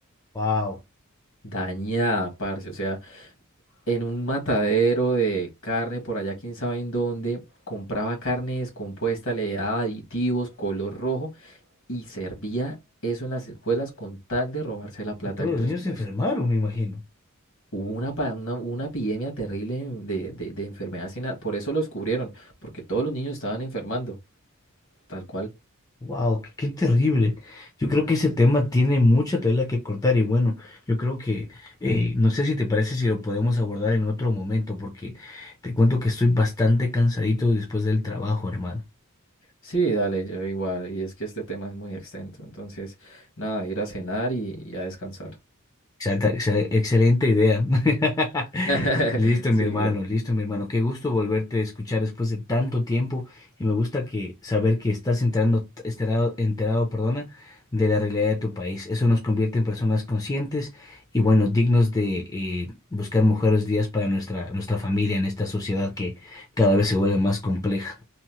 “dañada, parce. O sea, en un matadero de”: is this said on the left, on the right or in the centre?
Left